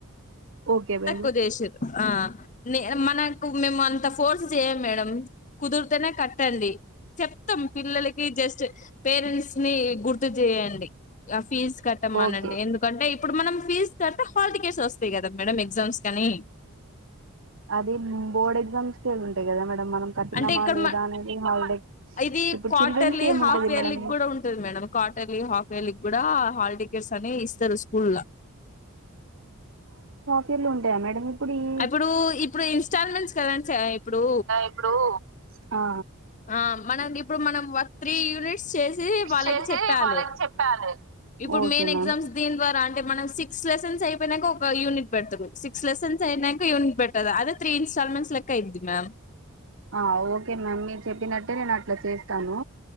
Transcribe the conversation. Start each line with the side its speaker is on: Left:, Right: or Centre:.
Right: ఓకే బేబీ
Left: తక్కువ చేేసిరు ఆ మనకు మ మ అంత ఫోర్స్ చేయ మేడం కుదిరితేనే కట్టండి చెప్తాం పిల్లలకి జస్ట్ పేరెంట్స్ ని గుర్తు చేయండి ఆ ఫీజ్ కట్టమానండి
Right: ఓకే
Left: ఎందుకంటే ఇప్పుడు మనం ఫీజ్ తర్వాత హాల్ టికెట్స్ వస్తాయి కదా మేడం ఎగ్జామ్స్ కని
Right: అది బోర్డ్ ఎగ్జామ్స్ కే ఉంటాయి కదా మా మనం కట్టినామా
Left: అంటే ఇక్కడ
Right: లేదా
Left: మ
Right: అనేది హాలిడే
Left: ఇది
Right: ఇప్పుడు
Left: క్వార్టర్లీ
Right: చిల్డ్రన్స్ కి ఏముంటది
Left: హాఫెర్లీ
Right: మేడం
Left: కూడా ఉంటుంది మేడం క్వార్టర్ ఆఫర్లీ కూడా హాల్ టికెట్స్ సనేే ఇస్తారు స్కూల్లా
Right: ఫర్లీ ఉండాయా మేడం ఇప్పుడు ఈ
Left: అప్పుడు ఇప్పుడు ఇన్స్టాల్మెంట్స్ కదండీ సార్ ఇప్పుడు
Right: ఇప్పుడు ఆ
Left: ఆ మనంఇ ఇప్పుడు మనం వర్త్రి యూనిట్ చేసి వాళ్ళకి
Right: చేసి
Left: చెప్పాలి
Right: వాళ్ళకి చెప్పాలి
Left: ఇప్పుడు
Right: ఓకే
Left: మెయిన్ ఎగ్జామ్స్
Right: మ్యామ్
Left: దీని ద్వారా అంటే మనం సిక్స్ లెసన్స్ అయిపోయినాక ఒక యూనిట్ పెడుతు స సిక్స్ లెసన్స్ అయినాక యూనిట్ పెట్టారూ అదే త్రి సల్మన్స్ లెక్క ఇయిది మ్యామ్
Right: ఆ ఓకే మ్యామ్ మీరు చెప్పినట్టే నేను అట్లా చేస్తాను